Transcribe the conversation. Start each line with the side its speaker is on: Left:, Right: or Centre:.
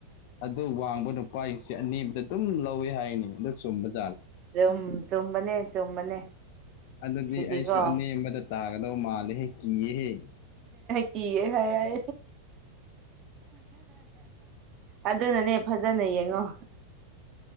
Left: ꯑꯗ ꯋꯥꯡꯕ ꯅꯨꯄꯥꯁꯤꯡꯁꯦ ꯑꯅꯦꯝꯕꯗ ꯑꯗꯨꯝ ꯂꯧꯋꯦ ꯍꯥꯏꯅꯤ ꯑꯗꯨ ꯆꯨꯝꯕꯗ
Right: ꯆꯨꯝ ꯆꯨꯝꯕꯅꯦ ꯆꯨꯝꯕꯅꯦ
Left: ꯑꯗꯨꯗꯤ
Right: ꯁꯤꯗꯤꯀꯣ
Left: ꯑꯩꯁꯨ ꯑꯅꯦꯝꯕꯗ ꯇꯥꯒꯗꯧ ꯃꯥꯜꯂꯦ ꯍꯦꯛ ꯀꯤꯌꯦꯦꯍꯦ
Right: ꯀꯤꯌꯦ ꯍꯥꯏ ꯑꯗꯨꯅꯅꯦ ꯐꯖꯅ ꯌꯦꯡꯉꯣ